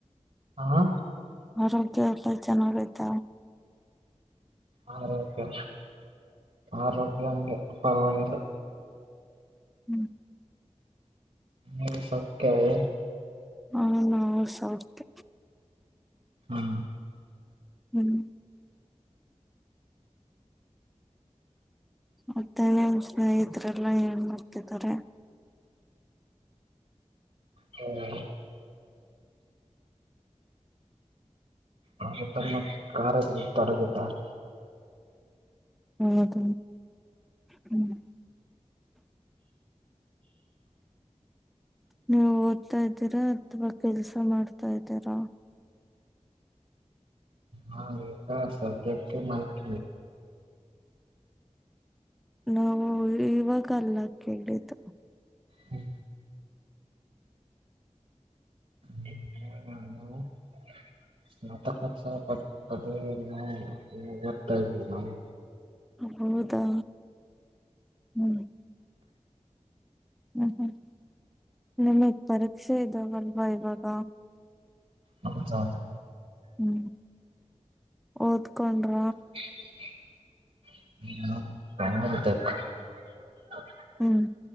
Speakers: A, on the right; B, in the centre.
A: ಹಾ
B: ಆರೋಗ್ಯ ಎಲ್ಲಾ ಚೆನ್ನಾಗೈತ.
A: ಆರೋಗ್ಯ ಆರೋಗ್ಯ ಹಂಗೆ ಪರವಾಗಿಲ್ಲ.
B: ಹ್ಮ್
A: ನೀವು ಸೌಖ್ಯವೇ.
B: ಹ ನಾ ಸೌಖ್ಯ.
A: ಹ್ಮ
B: ಹ್ಮ್ ಮತ್ತೆ ನಿಮ್ ಸ್ನೇಹಿತ್ರೆಲ್ಲ ಏನ್ ಮಾಡ್ತಿದ್ದಾರೆ?
A: ಹ್ಮ್ ಅವ್ರು ತಮ್ಮ ಕಾರ್ಯದಲ್ಲಿ ತೊಡಗಿದ್ದಾರೆ.
B: ಹೌದ ಹ್ಮ. ನೀವು ಓದ್ತಾ ಇದ್ದೀರಾ ಅಥವಾ ಕೆಲ್ಸ ಮಾಡ್ತಾ ಇದ್ದೀರಾ?
A: ಹಾ ಈಗ ಸದ್ಯಕ್ಕೆ ಮಾಡಕ
B: ನಾವು ಇವಾಗಲ್ಲ ಕೇಳಿದ್ದು.
A: ಹ್ಮ <unintelligible> <inaudible> ಅದೇ ನಾವ್ ಓತಾಯಿದ್ವಿ ನಾವು.
B: ಹೌದಾ? ಹ್ಮ್ ಹ್ಮ್ ಹ್ಮ್ ನಿಮಗ್ ಪರೀಕ್ಷೆ ಇದಾವಲ್ವಾ ಇವಾಗ?
A: ಹೌದಾದೆ.
B: ಹ್ಮ್ ಓದ್ಕೊಂಡ್ರ
A: <inaudible> ಹ್ಮ <unintelligible>
B: ಹ್ಮ್.